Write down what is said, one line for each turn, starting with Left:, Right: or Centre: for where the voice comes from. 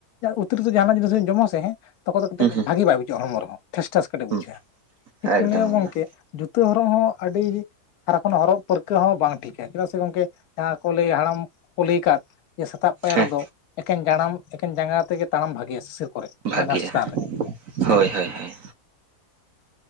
Left: ᱚᱛᱤᱨᱤᱛᱚ ᱡᱟᱦᱟᱱᱟᱜ ᱡᱤᱱᱤᱥ ᱡᱚᱢ ᱟ ᱥᱮ᱾ ᱛᱚᱠᱷᱚᱱ ᱫᱚ ᱠᱟᱹᱴᱤᱡ
Right: ᱦᱩᱸ
Left: ᱵᱷᱟᱹᱜᱤ ᱵᱟᱭ ᱵᱩᱡᱷᱟᱹᱜᱼᱟ ᱦᱚᱲᱢᱚ ᱨᱮᱦᱚᱸ ᱴᱮᱥ ᱴᱮᱥ ᱠᱟᱹᱴᱤᱡ ᱵᱩᱡᱷᱟᱹᱜᱼᱟ
Right: ᱦᱩᱸ
Left: ᱴᱷᱤᱠ
Right: ᱮᱠᱫᱚᱢ
Left: ᱛᱮᱢ ᱞᱟᱹᱭᱼᱟ
Right: ᱮᱠᱫᱚᱢ
Left: ᱜᱚᱝᱠᱮ᱾ ᱡᱩᱛᱟᱹ ᱦᱚᱨᱚᱜ ᱦᱚᱸ ᱟᱹᱰᱤ᱾ ᱥᱟᱨᱟ ᱠᱷᱚᱱ ᱦᱚᱨᱚᱜ ᱯᱟᱹᱨᱠᱟᱹᱣ ᱦᱚᱸ ᱵᱟᱝ ᱴᱷᱤᱠᱟ ᱪᱮᱫᱟᱜ ᱥᱮ ᱜᱚᱝᱠᱮ ᱡᱟᱦᱟᱸ ᱠᱚ ᱞᱟᱹᱭ ᱦᱟᱲᱟᱢ ᱠᱚ ᱞᱟᱹᱭ ᱟᱠᱟᱫ᱾ ᱡᱮ ᱥᱮᱛᱟᱜ ᱯᱟᱭᱟᱨ
Right: ᱦᱮᱸ
Left: ᱨᱮᱫᱚ ᱮᱠᱷᱮᱱ ᱡᱟᱲᱟᱢ ᱮᱠᱷᱮᱱ ᱡᱟᱸᱜᱟ ᱛᱮᱜᱮ ᱛᱟᱲᱟᱢ ᱵᱷᱟᱹᱜᱤᱭᱟ ᱥᱤᱥᱤᱨ ᱠᱚᱨᱮ
Right: ᱵᱷᱟᱜᱮᱭᱟ
Left: ᱚᱱᱟ ᱜᱷᱟᱥ ᱪᱮᱛᱟᱱ ᱨᱮ᱾
Right: ᱦᱳᱭ - ᱦᱳᱭ ᱼ ᱦᱳᱭ᱾